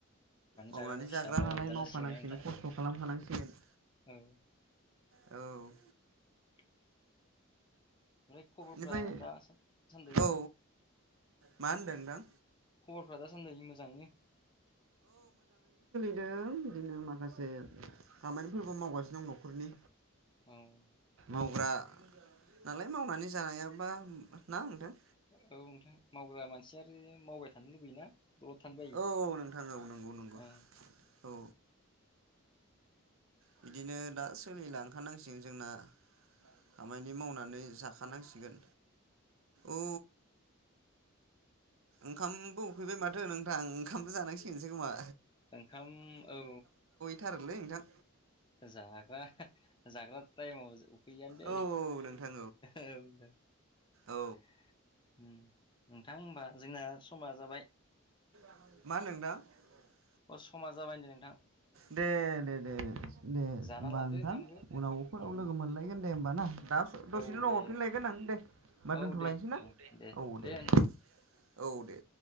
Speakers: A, on the right; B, on the left.
A: मावनानै
B: जाग्रानि फिसा
A: जाग्रा
B: मावनानै
A: नालाय
B: जानांसिगोन
A: मावखानांसिगोन
B: ना नोंथां
A: खस्थ' खालामखानांसिगोन।
B: औ
A: औ।
B: <inaudible> ओमफाय खबरफ्रा
A: बेनिफ्राय
B: दा सा-सान्दै।
A: औ मा होनदों नोंथां?
B: खबरफ्रा दासान्दै मोजां ना।
A: ओं बिदिनो माखासे खामानिफोरबो मावगासिनो दंङ। हरनि।
B: औ।
A: मावग्रा नालाय मावनानै जायाबा ना नोंथां।
B: औ नोंथां मावग्रा मानसि आरो मावबाय थानो लुबैयोना? दलद थानो बायो
A: औ औ नोंथां औ नंगौ नंगौ
B: अ।
A: औ। बिदिनो दा सोलिलांखानांसिगोन जोंना खामानि मावनानै जाखानांसिगोन। औ। ओंखामबो उखैबाय माथो नोंथां ओंखामबो जानांसिगोनसो खोमा।
B: ओंखाम औ।
A: थारोलै नोंथां।
B: जाग्रा जाग्रा टाइमाव उखैयानो दै
A: औ नोंथां
B: औ नोंथां
A: औ
B: उम नोंथां होमबा जोंना समा जाबाय।
A: मा होनदों नोंथां
B: अ समा जाबाय होनदो नोंथां
A: दे दे दे दे
B: जाना
A: होमबा
B: लादो
A: नोंथां
B: ओंखामखो
A: उनावफोराव
B: उम
A: लोगो मोनलायगोन। दे होमबा ना दा दसेनो
B: औ
A: उनाव
B: दे
A: हरफिनलायगोन आं दे होमबा
B: औ
A: दोन्थ'लायनोसै
B: दे
A: ना
B: उम
A: औ दे
B: नोंथां।
A: दे औ दे